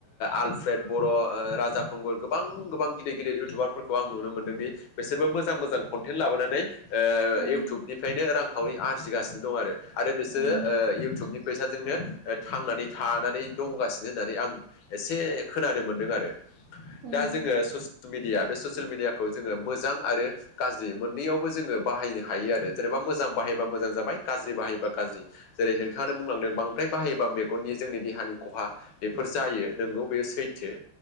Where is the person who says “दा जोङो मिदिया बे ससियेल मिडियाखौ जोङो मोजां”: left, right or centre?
Left